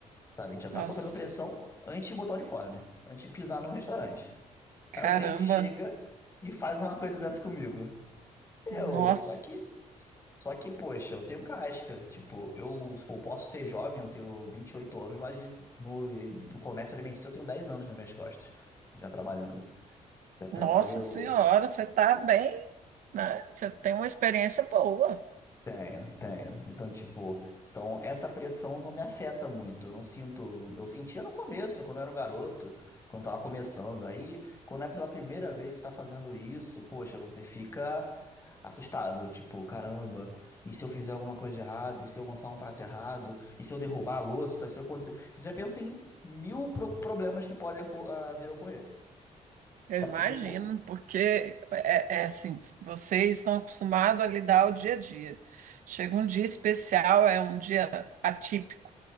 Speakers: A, on the left; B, on the right.
A: Sabe? A gente já tá
B: Nossa,
A: sofrendo pressão antes de botar o uniforme, antes de pisar no restaurante.
B: caramba,
A: Aí o cliente chega e faz uma coisa dessa comigo. Eu,
B: nossa.
A: só que só que, poxa, eu tenho casca. Tipo, eu, eu posso ser jovem, eu tenho 28 anos, mas de- no, no comércio alimentício eu tenho 10 anos nas minhas costas, já trabalhando. Já trabalho.
B: Nossa senhora, você está bem, né? Você tem uma experiência boa,
A: Tenho, tenho. Então, tipo, então essa pressão não me afeta muito. Eu não sinto. Eu sentia no começo, quando eu era um garoto, quando tava começando. Aí, quando é pela primeira vez que você tá fazendo isso, poxa, você fica assustado. Tipo, caramba, e se eu fizer alguma coisa de errado? E se eu lançar um prato errado? E se eu derrubar a louça? Se eu acontecer. Você já pensa em mil pro- problemas que podem aco- ah, vir a ocorrer.
B: eu
A: Só
B: imagino,
A: que depois.
B: porque é, é assim, vocês estão acostumados a lidar o dia a dia. Chega um dia especial, é um dia atípico,